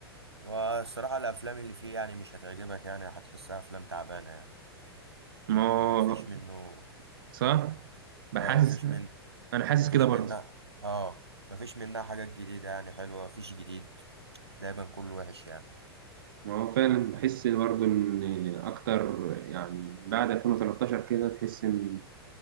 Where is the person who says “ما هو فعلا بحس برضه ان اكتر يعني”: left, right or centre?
Right